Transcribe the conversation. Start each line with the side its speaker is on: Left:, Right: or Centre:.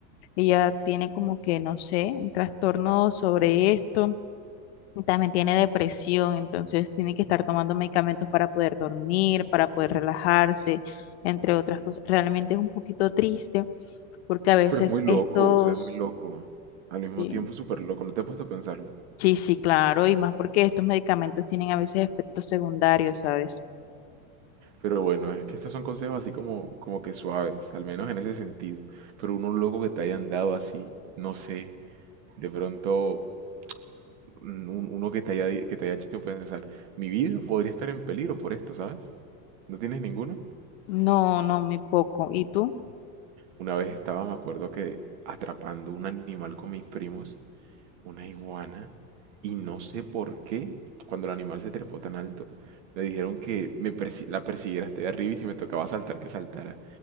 Left: Ella tiene como que, no sé, un trastorno sobre esto. y También tiene depresión, entonces tiene que estar tomando medicamentos para poder dormir, para poder relajarse, entre otras cosas. Realmente es un poquito triste porque a veces
Right: Pero es muy loco,
Left: estos,
Right: o sea, es muy loco. Al mismo
Left: eh,
Right: tiempo, súper loco. No te he puesto a pensarlo.
Left: Sí, sí, claro, y más porque estos medicamentos tienen a veces efectos secundarios, ¿sabes?
Right: Pero bueno, es que estos son consejos así como, como que suaves, al menos en ese sentido. Pero uno loco que te hayan dado así, no sé. De pronto, un- un- uno que te haya, di- que te haya hecho pensar, mi vida podría estar en peligro por esto, ¿sabes? ¿No tienes ninguno?
Left: No, no, muy poco. ¿Y tú?
Right: Una vez estaba, me acuerdo que atrapando un animal con mis primos, una iguana, y no sé por qué, cuando el animal se trepó tan alto, le dijeron que me persi- la persiguiera hasta allá arriba y si me tocaba saltar, que saltara.